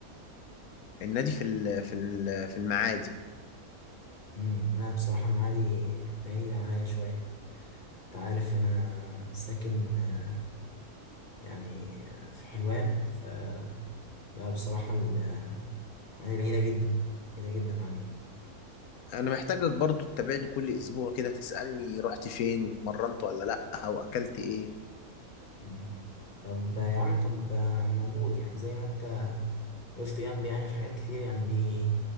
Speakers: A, on the left (about 75°); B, on the left (about 40°).
A: النادي في ال- في ال- في المعادي
B: مم. لا بصراحة المعادي بعيدة عليا شوية أنت عارف أنا ساكن آه يعني آه، في حلوان فلا بصراحة المعادي بعيدة جدا بعيدة جدا عليا
A: انا محتاجك برضو تتابعني كل اسبوع كده تسألني رحت فين واتمرنت ولا لا او اكلت ايه
B: مم. طب يا عم طب انا موجود يعني زي ما انت وقفت جنبي يعني في حاجات كتير يعني دي